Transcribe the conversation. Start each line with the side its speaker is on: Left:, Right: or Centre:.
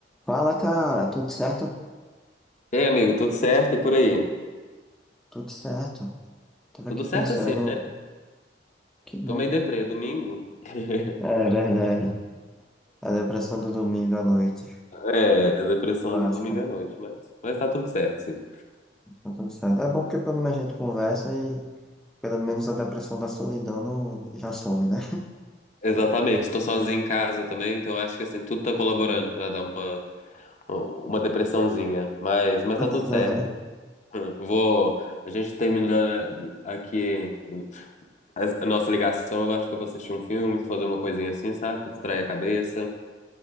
Centre: Fala, cara, tudo certo?
Left: Ei, amigo, tudo certo e por aí?
Centre: Tudo certo. Tava
Left: Tudo
Centre: aqui pensando,
Left: certo assim, né?
Centre: que bom.
Left: Tô meio deprê, domingo. <laughs>
Centre: É verdade. A depressão do domingo à noite,
Left: É, a depressão
Centre: básica.
Left: do domingo à noite, mas, mas tá tudo certo, sim.
Centre: Tá tudo certo. É bom porque pelo menos a gente conversa e pelo menos a depressão da solidão não já some, né?
Left: Exatamente, tô sozinho em casa também, então acho que assim, tudo tá colaborando
Centre: Então,
Left: pra dar uma, um, uma depressãozinha, mas, mas
Centre: <laughs>
Left: tá tudo certo. Hum, Vou, a gente terminando aqui a a nossa ligação, eu acho que eu vou assistir um filme, fazer uma coisinha assim, sabe? Pra distrair a cabeça,